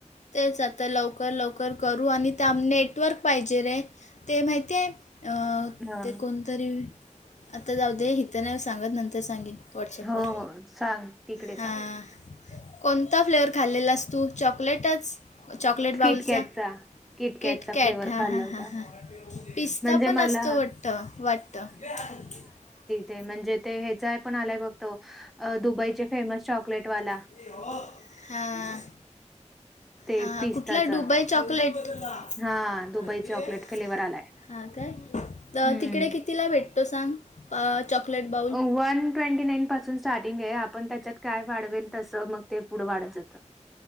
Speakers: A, on the left (about 70°); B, in the centre.
A: तेच आता लवकर-लवकर करू आणि त्या नेटवर्क पाहिजे रे, ते माहिती आहे अं
B: हा.
A: ते कोण तरी, आता जाऊ दे इथं नाही सांगत नंतर सांगेन व्हॉट्स‌अप
B: हो
A: वर,
B: हो सांग तिकडे
A: हां.
B: सांग
A: कोणता फ्लेवर खाल्लेलास तू, चॉकलेटच? चॉकलेट बाउलचा,
B: किटकॅटचा किटकॅटचा
A: किटकॅट
B: फ्लेवर
A: हा
B: खाल्ला
A: हां
B: होता
A: हां हां, पिस्ता
B: म्हणजे
A: पण
B: मला
A: असतो वाट त वाटत. <unintelligible>
B: ते म्हणजे ते हेचाय पण आलाय बघतो, अं दुबईचे फेमस चॉकलेटवाला.
A: <unintelligible> हां.
B: ते
A: हां
B: पिस्ताचा.
A: कुठला Dubai chocolate. <unintelligible>
B: हां, दुबई चॉकलेट फ्लेवर आलाय.
A: हां काय,
B: हं.
A: तिकडे किती तिला भेटतो सांग? अं चॉकलेट बाऊल
B: आ वन ट्वेंटी नाईन पासून स्टार्टिंग आहे आपण त्याच्यात काय वाढवेल तसं मग ते पुढं वाढत जातं.